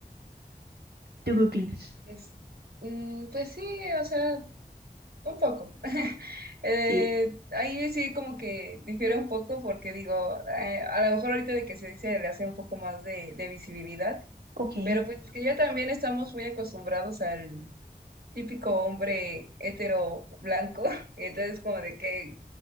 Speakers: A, on the right; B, on the right.
A: ¿Tú qué opinas?
B: Es, mm, pues sí, o sea, un poco. <laughs> Eh,
A: Sí,
B: ahí sí como que difiere un poco porque digo, eh, a lo mejor ahorita de que se dice le hace un poco más de, de visibilidad,
A: ok.
B: pero pues que ya también estamos muy acostumbrados al típico hombre hetero blanco, <laughs> entonces como de que